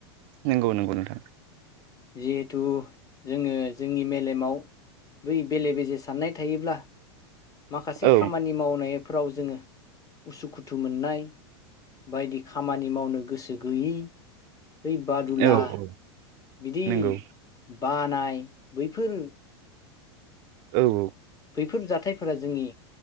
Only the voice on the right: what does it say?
नंगौ नंगौ नोंथां।
औ
औ औ
नंगौ
औ औ।